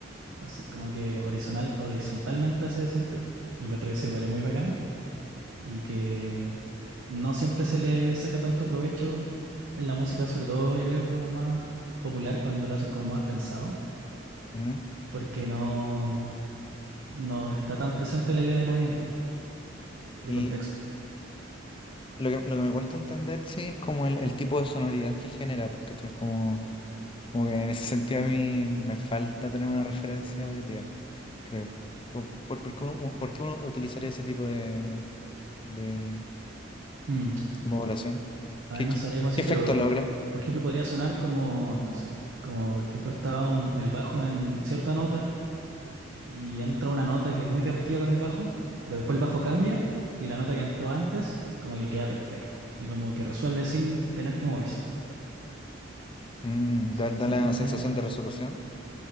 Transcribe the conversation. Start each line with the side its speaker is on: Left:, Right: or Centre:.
Right: Entonces, como que horizontal, horizontalmente hace sentido. Y encuentro que eso igual es muy bacán y que no siempre se le saca tanto provecho en la música, sobre todo yo creo como más popular cuando lo hacen como más pensado,
Left: Ujú.
Right: porque no, no está tan presente la idea de movimiento, de
Left: Y
Right: contexto.
Left: lo que, lo que me cuesta entender, sí, es como el, el tipo de sonoridad que genera, porque estoy como, como que en ese sentido a mí me falta tener una referencia auditiva, creo. Por, por- por qué uno, por qué uno utilizaría ese tipo de, de
Right: Mm.
Left: modulación?
Right: A
Left: ¿Qué,
Right: ver, no
Left: qué-
Right: sabría
Left: qué
Right: cómo decírtelo,
Left: efecto
Right: pero
Left: logra?
Right: por ejemplo podría sonar como, no sé, como por ejemplo está un- el bajo en cierta nota y entra una nota que es muy disruptiva con el bajo, pero después el bajo cambia y la nota que entró antes como que queda perfecta y como que resuelve sin tener que moverse.
Left: Mm,
Right: ¿Cachai?
Left: da,
Right: Básicamente,
Left: da la sensación de resolución.